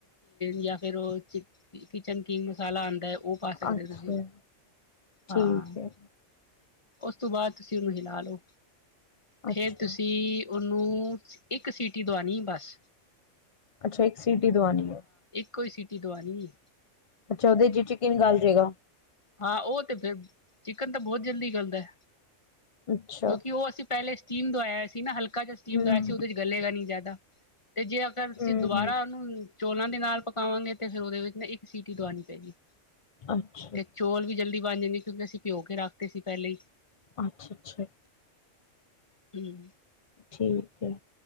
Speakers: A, on the left; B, on the left.
A: ਯਾਂ ਫਿਰ ਉਹ ਚਿੱਕ-ਕਿਚੱਨ ਕਿੰਗ ਮਸਾਲਾ ਆਉਦਾ ਏ ਉਹ ਪਾ ਸਕਦੇ
B: ਅੱਛਾ
A: ਹੋ ਤੁਸੀਂ, ਹਾਂ
B: ਠੀਕ ਹੈ
A: ਉਸ ਤੋਂ ਬਾਅਦ ਤੁਸੀਂ ਉਹਨੂੰ ਹਿਲਾ ਲਓ
B: ਅੱਛਾ
A: ਫਿਰ ਤੁਸੀਂ ਉਹਨੂੰ ਇੱਕ ਸੀਟੀ ਦਵਾਣੀ ਏ ਬਸ
B: ਅੱਛਾ, ਇੱਕ ਸੀਟੀ ਦਵਾਨੀ ਏ
A: ਇਕੋ ਸੀਟੀ ਦਵਾਣੀ ਏ
B: ਅੱਛਾ, ਉਦੇ ਚ ਹੀ ਚਿਕੀਨ ਗੱਲ ਜੇਗਾ
A: ਹਾਂ ਉਹ ਤੇ ਫਿਰ ਚਿਕੱਨ ਤਾਂ ਬਹੁਤ ਜਲਦੀ ਗਲਦਾ ਏ
B: ਅੱਛਾ
A: ਕਿਉਂਕਿ ਉਹ ਅਸੀਂ ਪਹਿਲੇ ਸਟੀਮ ਦਵਾਇਆ ਸੀ ਨਾ ਹਲ ਕਾ ਜਿਹਾ ਸਟੀਮ
B: ਹਮ
A: ਦਾ ਆਇਆ ਸੀ ਉਹਦੇ ਚ ਗਲੇਗਾ ਨੀ ਨਹ ਜਾਦਾ ਤੇ ਜੇ ਅਗਰ ਤੁਸੀਂ
B: ਹਮ
A: ਦੁਬਾਰਾ
B: ਹਮ
A: ਉਹਨੂੰ ਚੋਲਾਂ ਦੇ ਨਾਲ ਪਕਾਵਾਂਗੇ ਤੇ ਫਿਰ ਉਹਦੇ ਵਿੱਚ ਨਾ ਇੱਕ ਸੀਟੀ ਦਵਾਉਣੀ ਪਏਗੀ
B: ਅੱਛਾ
A: ਤੇ ਚੌਲ ਵੀ ਜਲਦੀ ਬਣ ਜਾਂਦੇ ਨੇ ਕਿਉਂਕ ਅਸੀ ਭੀਓ ਕੇ ਰੱਖਤੇ ਸੀ ਪਹਿਲੇ ਹੀ
B: ਅੱਛ ਅੱਛਾ
A: ਹਮ
B: ਠੀਕ ਹੈ